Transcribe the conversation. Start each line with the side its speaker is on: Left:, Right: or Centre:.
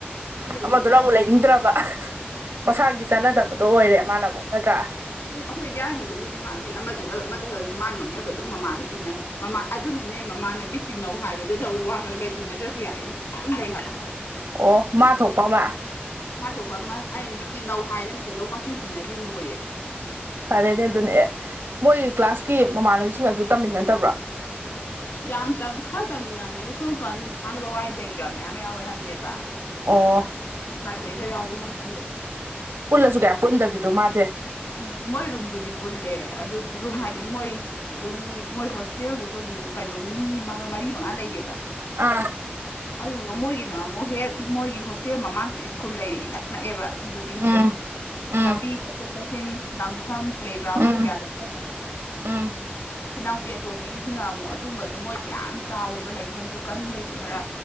Left: ꯃꯤ ꯂꯩꯕꯗ
Right: ꯑꯃꯗꯨꯅ ꯑꯃꯨꯛ ꯂꯩꯅꯤꯡꯗ꯭ꯔꯕ ꯃꯁꯥꯒꯤ ꯆꯅꯗꯕꯗꯣ ꯑꯣꯏꯔꯦꯕ ꯃꯥꯟꯅ ꯃꯨꯛ ꯅꯠꯇ꯭ꯔꯥ
Left: ꯑꯈꯣꯏ ꯌꯥꯏꯃꯗꯨꯕꯨꯗꯤ ꯃꯥꯗꯤ ꯑꯃ ꯗꯒ ꯑꯃ ꯊꯥꯗꯁꯨ ꯃꯥ ꯉꯝꯅꯕꯗꯨꯝ ꯃꯃꯥꯥꯅ ꯇꯤꯟꯅ ꯃꯃꯥ ꯑꯗꯨꯅ ꯑꯅꯦ ꯃꯃꯥꯅꯕꯤ ꯇꯤꯟꯅꯧ ꯍꯥꯏꯕꯗꯗ ꯋꯥ ꯉꯥꯡꯅꯩ ꯇꯤꯟꯅꯗ꯭ꯔꯁꯨ ꯌꯥꯏ ꯑꯦꯅ ꯑꯗꯨꯝ ꯂꯩ ꯍꯥꯏꯕ
Right: ꯑꯣ ꯃꯥ ꯊꯣꯛꯄ ꯑꯃ
Left: ꯃꯥ ꯊꯣꯛꯄ ꯑꯃ ꯑꯩꯅ ꯇꯤꯜꯟꯅꯧ ꯍꯥꯏꯗꯅ ꯀꯩꯗꯧ ꯄꯪꯇꯤꯟ ꯇꯤꯟꯅꯗꯣꯏꯅꯣꯌꯦ
Right: ꯐꯔꯦꯅꯦ ꯑꯗꯨꯅ ꯍꯦꯛ ꯃꯣꯏ ꯀ꯭ꯂꯥꯁꯀꯤ ꯃꯃꯥꯟꯅꯕꯤꯁꯤꯡ ꯑꯗꯨ ꯇꯝꯃꯤꯟꯅꯗꯕ꯭ꯔꯣ
Left: ꯌꯥꯝ ꯇꯝ ꯈꯔ ꯇꯝꯃꯤꯅꯝꯅꯦ ꯑꯗꯨ ꯁꯣꯝꯀꯥꯟ ꯊꯥꯡꯒ ꯂꯋꯥꯏꯗꯩꯒ ꯃꯌꯥꯝ ꯌꯥꯎꯋꯦ ꯍꯥꯏꯝꯅꯦꯕ
Right: ꯑꯣ
Left: ꯍꯥꯏꯗꯤ ꯑꯩꯈ ꯌꯥꯎꯕ ꯈꯪꯗꯦ ꯑꯗꯣ
Right: ꯄꯨꯜꯂꯁꯨ ꯀꯌꯥ ꯄꯨꯟꯗꯕꯤꯗꯣ ꯃꯥꯗꯤ
Left: ꯎ ꯃꯣꯏ ꯔꯨꯝꯕꯨꯗꯤ ꯄꯨꯜꯂꯦ ꯑꯗꯨ ꯔꯨꯝ ꯍꯥꯏꯗꯤ ꯃꯣꯏ ꯑꯗꯨꯝ ꯃꯣꯏ ꯍꯣꯁꯇꯦꯜꯒꯤꯁꯨ ꯑꯗꯨꯝ ꯀꯩꯅꯣ ꯃꯤ ꯃꯔꯤ ꯃꯉꯥ ꯂꯩꯌꯦꯕ
Right: ꯑꯥ
Left: ꯑꯗꯨꯗꯨꯒ ꯃꯣꯏꯒꯤꯅ ꯑꯃꯨꯛ ꯍꯦꯛ ꯃꯣꯏꯒꯤ ꯍꯣꯁꯇꯦꯜ ꯃꯃꯥꯡꯁꯤꯗ ꯁ꯭ꯀꯨꯜ ꯂꯩꯔ‌ꯦ ꯏꯅꯛ ꯅꯛꯑꯦꯕ ꯕꯤꯜꯗꯤꯡꯗꯣ
Right: ꯎꯝ ꯎꯝ
Left: ꯂꯝꯕꯤ ꯆꯠꯊꯣꯛ ꯆꯠꯁꯤꯟ ꯂꯥꯟꯐꯝ ꯄ꯭ꯂꯦꯒ꯭ꯔꯥꯎꯟꯗꯨ
Right: ꯎꯝ
Left: ꯀꯌꯥ ꯂꯩꯇꯕ
Right: ꯎꯝ
Left: ꯏꯅꯥꯎꯄꯤ ꯑꯇꯣꯝꯕꯤꯒꯤꯁꯤꯅ ꯑꯃꯨꯛ ꯑꯗꯨꯝꯕꯗꯣ ꯃꯣꯏ ꯌꯥꯝ ꯆꯥꯎꯋꯦꯕ ꯂꯩꯐꯝꯁꯨ ꯀꯟꯕꯒꯤ ꯈꯔ